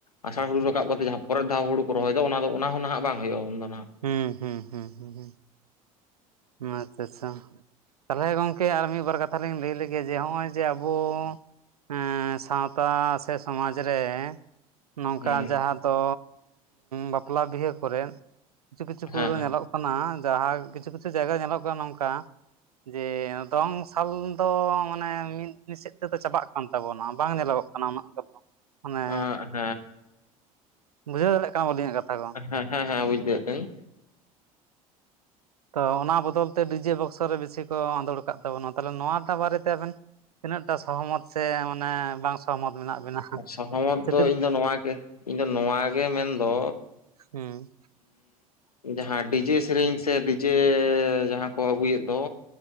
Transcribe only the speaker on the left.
ᱟᱥᱟᱲ ᱦᱳᱲᱳ ᱨᱟᱠᱟᱵ ᱠᱟᱛᱮ ᱡᱟᱦᱟᱸ ᱯᱚᱨᱮᱨ ᱫᱷᱟᱣ ᱦᱠᱲᱳ ᱠᱚ ᱨᱚᱦᱚᱭᱮᱫ ᱚᱱᱟ ᱫᱚ ᱚᱱᱟ ᱦᱚᱸ ᱱᱟᱦᱟᱜ ᱵᱟᱝ ᱦᱳᱭᱳᱜᱼᱟ ᱩᱱ ᱫᱚ ᱱᱟᱦᱟᱜ ᱾
ᱦᱩᱸ
ᱦᱮᱸ
ᱦᱮᱸ
ᱦᱮᱸ ᱦᱮᱸ ᱦᱮᱸ ᱵᱩᱡᱷ ᱫᱟᱨᱮᱭᱟᱜ ᱠᱟᱱᱤᱧ
ᱮᱸ ᱥᱚᱦᱚᱢᱚᱛ
ᱫᱚ
ᱤᱧ ᱫᱚ ᱱᱚᱣᱟ ᱜᱮ ᱤᱧ ᱫᱚ ᱱᱚᱣᱟ ᱜᱮ ᱢᱮᱱᱫᱚ
ᱦᱩ ᱡᱟᱦᱟᱸ ᱰᱤᱡᱮ ᱥᱮᱨᱮᱧ ᱥᱮ ᱰᱤᱡᱮ ᱡᱟᱦᱟᱸ ᱠᱚ ᱟᱹᱜᱩᱭᱮᱫ ᱫᱚ